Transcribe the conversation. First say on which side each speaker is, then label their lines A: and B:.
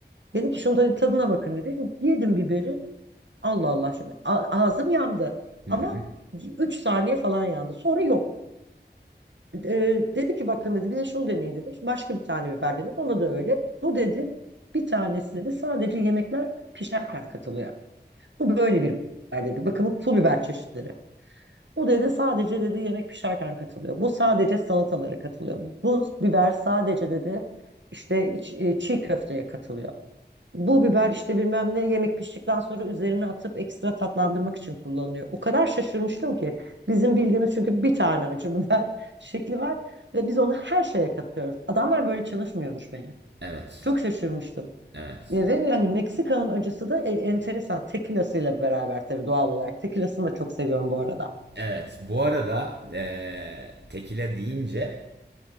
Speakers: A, on the right; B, on the right.
A: Dedi ki şunu da tadına bakın dedi. Şimdi yedim biberi. Allah Allah şimdi a- ağzım yandı.
B: Hı
A: Ama
B: hı.
A: 3 saniye falan yandı. Sonra yok. E, dedi ki bakın dedi bir de şunu deneyin dedi. Başka bir tane biber denedim. Ona da öyle. Bu dedi bir tanesi dedi sadece yemekler pişerken katılıyor. Bu böyle bir biber dedi. Bakın bu pul biber çeşitleri. Bu dedi sadece dedi yemek pişerken katılıyor. Bu sadece salatalara katılıyor. Bu biber sadece dedi işte iç- e, çiğ köfteye katılıyor. Bu biber işte bilmem ne yemek piştikten sonra üzerine atıp ekstra tatlandırmak için kullanılıyor. O kadar şaşırmıştım ki bizim bildiğimiz çünkü bir tane acı biber <laughs> şekli var ve biz onu her şeye katıyoruz. Adamlar böyle çalışmıyormuş meğer.
B: Evet.
A: Çok şaşırmıştım.
B: Evet.
A: E, Ve yani Meksika'nın acısı da e, enteresan. Tequila'sıyla beraber tabii doğal olarak. Tequila'sını da çok seviyorum bu arada.
B: Evet bu arada eee tekile deyince